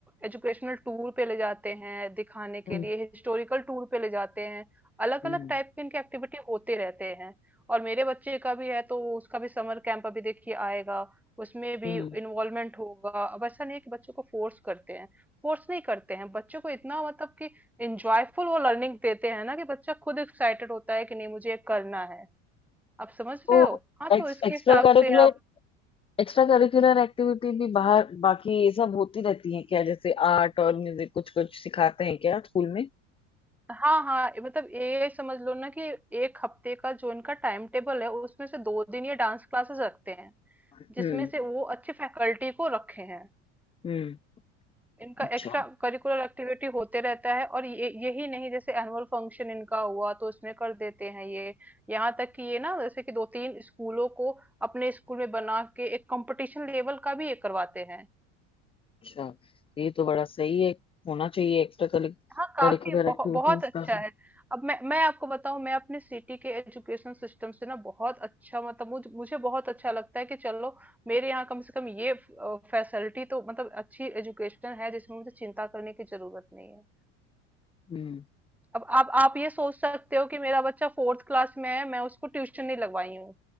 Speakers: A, in the centre; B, on the left.
A: एजुकेशनल टूर पे ले जाते हैं दिखाने
B: हम्म
A: के लिए हिस्टोरिकल टूर पे ले जाते हैं अलग
B: हम्म।
A: अलग टाइप के इनके एक्टिविटी होते रहते हैं और मेरे बच्चे का भी है तो उसका भी समर कैंप अभी देखिए आएगा उसमें भी
B: हम्म
A: इन्वॉल्वमेंट होगा अब ऐसा नहीं है कि बच्चों को फोर्स करते हैं फोर्स नहीं करते हैं बच्चों को इतना मतलब कि इंजॉयफुल वो लर्निंग देते हैं ना कि बच्चा खुद एक्साइटेड होता है कि नहीं मुझे ये करना है आप समझ
B: तो
A: रहे हो हाँ
B: एक्स,
A: तो इसके
B: extra
A: हिसाब
B: curricular
A: से आप
B: extra curricular activity भी बाहर बाकी ये सब होती रहती है क्या जैसे आर्ट और म्यूजिक कुछ कुछ सिखाते हैं क्या स्कूल में
A: हाँ हाँ ये मतलब ये समझ लो ना कि एक हफ्ते का जो इनका टाइम टेबल है उसमें से दो दिन ये डांस क्लासेस रखते हैं
B: हम्म
A: जिसमें से वो अच्छे फैकल्टी को रखे हैं
B: हम्म
A: इनका
B: अच्छा
A: एक्स्ट्रा करिकुलर एक्टिविटी होते रहता है और ये यही नहीं जैसे एनुअल फंक्शन इनका हुआ तो इसमें कर देते हैं ये यहाँ तक कि ये ना जैसे कि दो तीन स्कूलों को अपने स्कूल में बना के एक कंपटीशन लेवल का भी ये करवाते हैं
B: अच्छा ये तो बड़ा सही है होना चाहिए एक्स्ट्रा
A: हाँ काफी
B: करिकुलर
A: बहुत
B: एक्टिविटीज
A: बहुत अच्छा
B: का
A: है अब मैं मैं आपको बताऊं मैं अपने सिटी के एजुकेशन सिस्टम से ना बहुत अच्छा मतलब मुझे मुझे बहुत अच्छा लगता है कि चलो मेरे यहाँ कम से कम ये फैसिलिटी तो मतलब अच्छी एजुकेशन है जिसमें मुझे चिंता करने की जरूरत नहीं है
B: हम्म
A: अब आप आप ये सोच सकते हो कि मेरा बच्चा फोर्थ क्लास में है मैं उसको ट्यूशन नहीं लगवाई हूँ